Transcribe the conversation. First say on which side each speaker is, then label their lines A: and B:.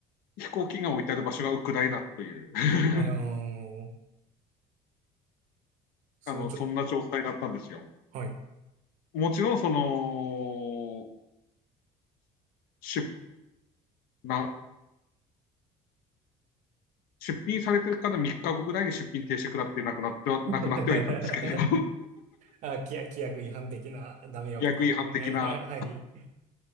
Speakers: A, on the left; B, on the right.
A: 飛行機が置いてある場所がウクライナという <laughs>
B: あー、それちょ、
A: あの、そんな状態だったんですよ。
B: はい。
A: もちろん、その、出、な、出品されてるから3日後ぐらいに出品停止食らってなくなっては、
B: <laughs>
A: なくなってはいたんですけど、
B: あ、
A: <laughs> 規
B: 規約、規約違反的な、ダメよっていうね。
A: 約違反的な。
B: <laughs> ははい。